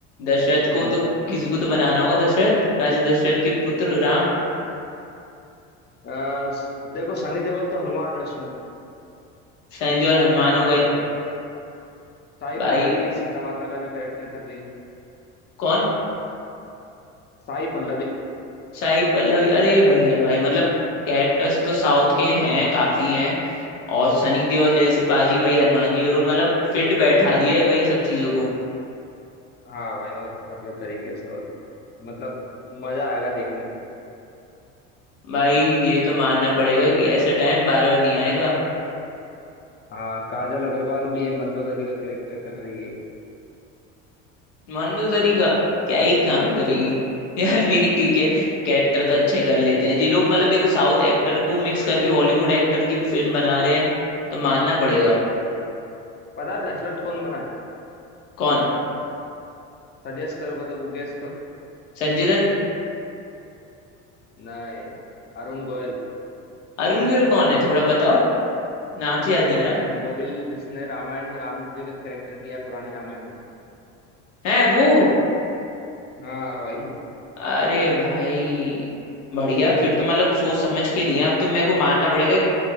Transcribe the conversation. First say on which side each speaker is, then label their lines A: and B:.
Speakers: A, on the left (about 85°); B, on the left (about 30°).
A: दशरथ
B: हम्म
A: को तो किसी को तो बनाना होगा दशरथ राजा दशरथ के पुत्र राम
B: अ, स- देखो सनी देओल तो हनुमान है उसमें
A: शनि देओल हनुमान
B: इतना
A: हो गए
B: मेरे को साई
A: भाई
B: पल्लवी है सीता माता का जो कैरेक्टर कर रही है
A: कौन
B: साई पल्लवी
A: साई पल्लवी अरे बढ़िया भाई मतलब कैरेक्टर्स तो साउथ के हैं काफी हैं और सनी देओल जैसे पाजी भाई हनुमान जी का रोल मतलब फिट बैठा दिया है भाई सब चीजों को
B: हाँ भाई वो कर रहे तरीके से और मतलब मजा आएगा देखने में
A: भाई ये तो मानना पड़ेगा कि ऐसा टाइम बार बार नहीं आएगा
B: हाँ काजल अग्रवाल भी है मंदोदरी का कैरेक्टर कर रही है
A: मनु दरीगा क्या ही काम करेगी
B: अब
A: <laughs> यार लेकिन ठीक है कैरेक्टर तो अच्छे कर लेते हैं ये लोग मतलब देखो साउथ एक्टर को मिक्स करके बॉलीवुड एक्टर की फिल्म बना रहे हैं तो मानना पड़ेगा
B: पता है दशरथ कौन बना है
A: कौन
B: सजेस्ट करो मतलब वो गेस करो
A: संजय दत्त
B: नहीं अरुण गोयल
A: अरुण गोयल कौन है थोड़ा बताओ नाम से याद नहीं
B: अरे
A: आ रहा
B: अरुण गोविल जिसने रामायण में राम जी का कैरेक्टर किया पुरानी रामायण में
A: है वो
B: हाँ भाई
A: अरे भाई बढ़िया फिर तो मतलब सोच समझ के लिए अब तो मेरे को मानना पड़ेगा कि